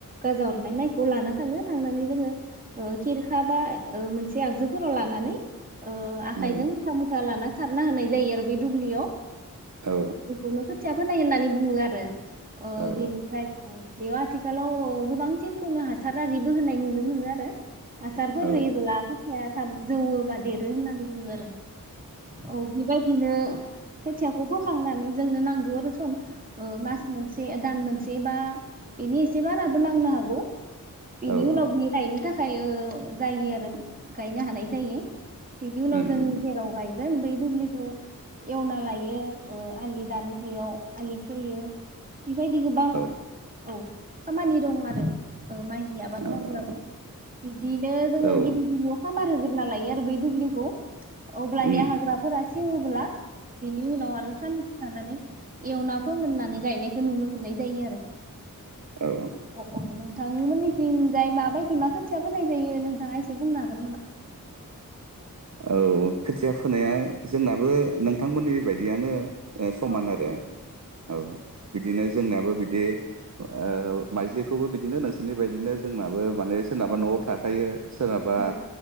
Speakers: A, on the right; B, on the right.
A: गाजाअरनाय माइखौ लाना थाङो थांनानै जोङो ओ खिरखा बा ओ मोनसे आगजुफोराव लानानै ओ आखाइजों
B: औ
A: मुथा मुथा लाना सारना होनाय जायो आरो बै दुब्लियाव
B: औ
A: बेखौनो खो खोथिया फोनाय होननानै बुङो आरो। ओ
B: औ
A: बिनिफ्राय। बेयाव आथिखालाव गोबां सिनखौनो हासार आरिबो होनाय नुनो मोनो आरो। हासारफोर
B: औ
A: होयोब्ला <unintelligible> जौवौ बा देरो होननानै बुङो आरो। औ बेबायदिनो खोथियाखौ बोखांनानै जोंनो नांगौ रोखोम। ओ मास मोनसे दान मोनसे बा बेनि एसे बाराबो नांनो हागौ। बिनि
B: औ
A: उनाव
B: औ
A: बियो गायनो था खायो जायो आरो गायनो हानाय जायो। बेनि उनाव
B: उम
A: जों
B: उम
A: जेराव गाय गोन बै दुब्लिखौ एवना लायो ओ आलि दानो बेयाव आलि खोयो। बेबायदि गोबां।
B: औ
A: औ खामानि दं आरो। ओ माइनि आबाद
B: औ
A: मावब्लाबो बिदिनो जोङो
B: औ
A: गिबि
B: औ
A: गिबियाव खामार होग्रोना लायो। बै दुबलिखौ। अब्लानि
B: उम
A: हाग्राफोरा। सेवोब्ला। बिनि उनाव आरो सानसे थानानै। एवना फोमोननानै। गायनायखौ नुनो मोननाय जायो आरो।
B: औ
A: अ अ <unintelligible> नोंथांमोननिथिं जाय माबायदि मा खोथिया फोनाय जायो नोंथाङा एसे बुंनो हागोन नामा?
B: औ खोथिया फोनाया जोंनाबो नोंथांमोननि बायदियानो। ओ समान
A: औ
B: आरो औ बिदिनो जोंनियाबो बि। बेे। ओ माइज्लिखौबो बिदिनो नोंसोर। नि बायदिनो जोंनाबो। माने सोरनाबा
A: औ
B: न'आव
A: औ
B: थाखायो सोरहाबा।
A: औ